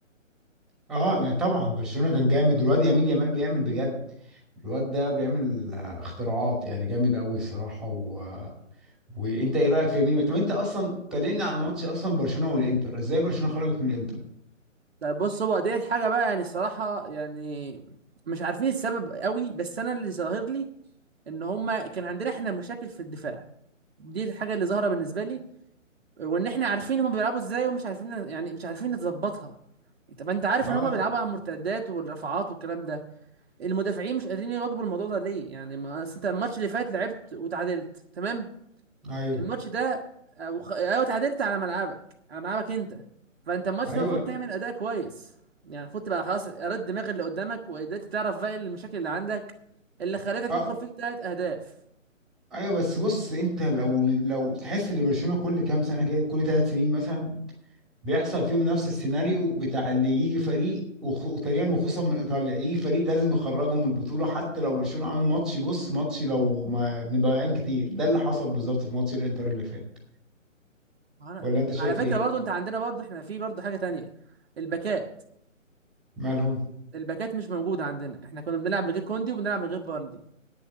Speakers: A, in the centre; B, on the right (about 50°).
A: اه طبعا برشلونة كان جامد والواد يمين يامال بيعمل بجد الواد ده بيعمل آه، اختراعات يعني جامد قوي الصراحه و... وانت ايه رايك في يمين طب انت اصلا كلمني على ماتش اصلا برشلونه والانتر ازاي برشلونه خرجت من الانتر
B: لا بص هو ديت حاجة بقى يعني الصراحة يعني مش عارفين السبب قوي بس انا اللي ظاهر لي ان هما كان عندنا احنا مشاكل في الدفاع دي الحاجة اللي ظاهرة بالنسبة لي وان احنا عارفين هم بيلعبوا ازاي ومش عارفين يعني مش عارفين نظبطها طب انت عارف
A: اه
B: ان هم بيلعبوا على المرتدات والرفعات والكلام ده المدافعين مش قادرين يواكبوا الموضوع ده ليه يعني ما أصل انت الماتش اللي فات لعبت وتعادلت تمام
A: ايوه
B: الماتش ده آه، وخ... ايوه تعادلت على ملعبك على ملعبك انت فانت الماتش
A: ايوه
B: ده المفروض تعمل اداء كويس يعني المفروض تبقى خلاص رد دماغ اللي قدامك وقدرت تعرف بقى المشاكل اللي عندك اللي خلتك
A: اه
B: يدخل فيك ثلاث اهداف
A: ايوه بس بص انت لو لو تحس ان برشلونه كل كام سنه كده كل ثلاث سنين مثلا بيحصل فيهم نفس السيناريو بتاع اللي يجي فريق وخ- وتقريبا وخصوصا من ايطاليا يجي فريق لازم يخرجهم من البطوله حتى لو برشلونه عامل ماتش بص ماتش لو ما مضيعين كتير ده اللي حصل بالظبط في ماتش الانتر اللي فات
B: أنا...
A: ولا انت شايف
B: على فكرة
A: ايه
B: برضو انت عندنا برضو احنا في برضو حاجة تانية الباكات
A: مالهم
B: الباكات مش موجودة عندنا احنا كنا بنلعب من غير كوندي وبنلعب من غير فاردي